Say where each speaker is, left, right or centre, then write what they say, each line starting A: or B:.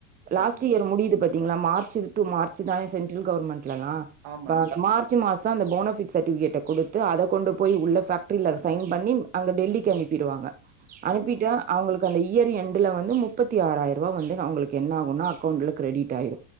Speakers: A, on the right; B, on the right.
A: சரி
B: லாஸ்ட்டு
A: மேடம்
B: இயர் முடியுது பாத்தீங்ளா மார்ச்சு டு மார்ச் தான சென்ட்ரல் கவர்மெண்ட்லலா
A: ஆ
B: இப்ப
A: மேடம்
B: மார்ச் மாசோ அந்த போனோஃபிட் சர்டிஃபிகேட்ட குடுத்து அத கொண்டு போய் உள்ள ஃபேக்ட்ரில சைன் பண்ணி அங்க டெல்லிக்கி அனுப்பிடுவாங்க அனுப்பிட்டு
A: ஓகே ஓகே மேம்
B: அவுங்களுக்கு அந்த இயர் எண்ட்ல வந்து முப்பத்தி ஆறாயிர ரூவா வந்து அவுங்களுக்கு என்ன ஆகு ன்னா அக்கௌண்டட்ல கிரெடிட் ஆயிரு